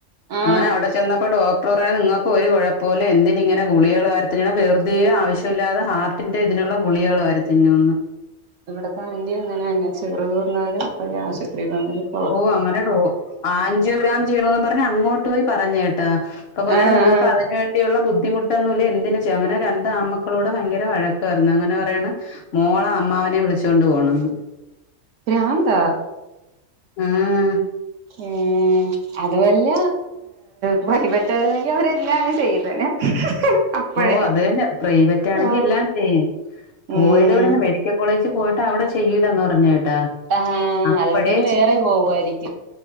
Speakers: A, on the right (about 75°); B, on the left (about 65°).
A: ഉം
B: അങ്ങനെ അവിടെ ചെന്നപ്പ ഡോക്ടർ പറയ നിങ്ങക്കൊരു കുഴപ്പോല്ല. എന്തിനിങ്ങനെ ഗുളികൾ വാരിത്തിന്ന്ണ വെറുതേ ആവശ്യമില്ലാതെ ഹാർ ട്ടിന്റെ ഇതിനുള്ള ഗുളികകള് വാരി തിന്നുന്ന്
A: ഇവിടത്തെ ആന്റി അങ്ങനെതന്നെ ചെറുതൂർന്നവരും ആശുപരിയിൽ തന്നാലും
B: ഓ അങ്ങനെഡോ ആഞ്ചിയോ ഗ്രാം ചെയ്യണന്നും പറഞ് അങ്ങോട്ട് പോയി പറഞ്ഞേട്ടാ അപ്പൊ പറയണ്
A: ആഹ്
B: നിങ്ങക്ക്
A: ആഹ്
B: അതിന് വേ- ണ്ടിയുള്ള ബുദ്ധിമുട്ടൊന്നുല്ല എന്തിന് ചെയ്യാം അങ്ങനെ രണ്ട് ആമ്മക്കളോടും ഭയങ്കര വഴക്കാ യിരുന്നു, അങ്ങന പറയണ് മോള അമ്മാവനെ വിളിച്ചോണ്ട് പോണംന്ന്
A: ഭ്രാന്താ
B: ഉം..
A: ഏഹ് അത് വല്ല പ്രൈവറ്റായിരുന്നെങ്കി അവരെല്ലാം അങ് ചെയ്തേനെ അപ്പഴേ
B: ഓ അത് തന്നെ, പ്രൈവറ്റാണെങ്കി
A: ഓ
B: എല്ലാം ചെയ്യും. പോയത്
A: ഉം
B: എവിടേന്ന് മെഡിക്കൽ കോളേജ് പോയിട്ട് അവിടെ ചെയ്യൂലന്ന് പറഞ് കേട്ടാ
A: ആഹ്
B: അപ്പഴേ
A: അത്കൊണ്ട് ഇനി വേറെ പോകുവായിരിക്കും